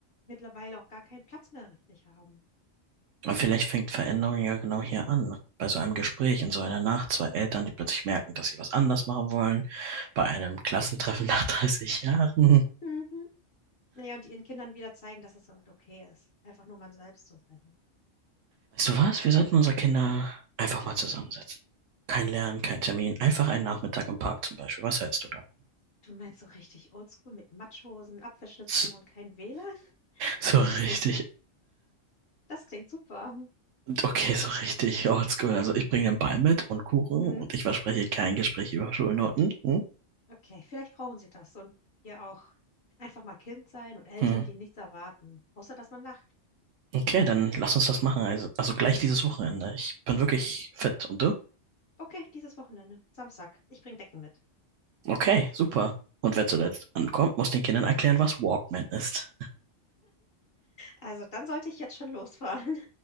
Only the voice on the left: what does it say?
mittlerweile auch gar keinen Platz mehr richtig haben.
Mhm. Naja, und die ihren Kindern wieder zeigen, dass es halt okay ist, einfach nur man selbst zu sein.
Du meinst so richtig oldschool mit Matschhosen, Apfelschnitzen
und kein WLAN?
Das
klingt, das klingt super.
Mhm.
Okay, vielleicht brauchen sie das und ihr auch. Einfach mal Kind sein und Eltern,
die nichts erwarten, außer dass man lacht.
Okay, dieses Wochenende, Samstag. Ich bringe Decken mit.
Also dann sollte ich jetzt schon losfahren.